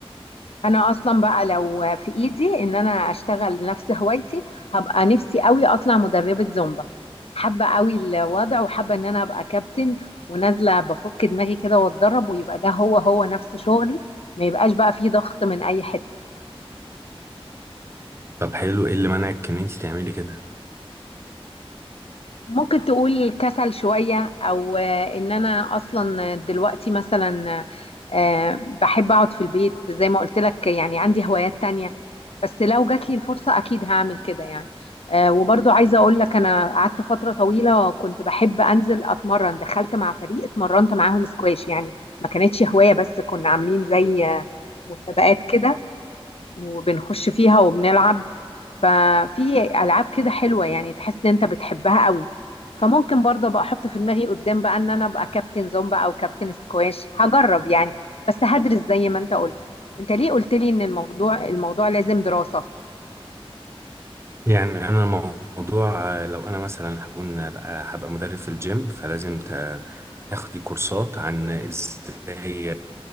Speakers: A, on the left; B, on the right.
A: انا اصلا بقى لو في ايدي ان انا اشتغل نفس هوايتي هبقى نفسي قوي اطلع مدربة زومبا حابة قوي الوضع وحابة ان انا ابقى كابتن ونازلة بفك دماغي كده واتدرب ويبقى ده هو هو نفس شغلي ما يبقاش بقى فيه ضغط من اي حتة
B: طب حلو ايه اللي منعك ان انت تعملي كده
A: ممكن تقول كسل شوية أو آه، إن أنا أصلا دلوقتي مثلا آه، بحب أقعد في البيت زي ما قلت لك يعني عندي هوايات تانية بس لو جات لي الفرصة أكيد هعمل كده يعني آه، وبرضو عايزة أقول لك أنا قعدت فترة طويلة كنت بحب أنزل أتمرن دخلت مع فريق اتمرنت معاهم سكواش يعني ما كانتش هواية بس كنا عاملين زي آه، مسابقات كده وبنخش فيها وبنلعب ففي العاب كده حلوه يعني تحس ان انت بتحبها قوي فممكن برضه ابقى احط في دماغي قدام بقى ان انا ابقى كابتن زومبا او كابتن سكواش هجرب يعني بس هدرس زي ما انت قلت انت ليه قلت لي ان الموضوع الموضوع لازم دراسه
B: يعني انا الموضوع آه، لو انا مثلا هكون آه، بقى هبقى مدرب في الجيم فلازم تا- تاخدي كورسات عن ازاي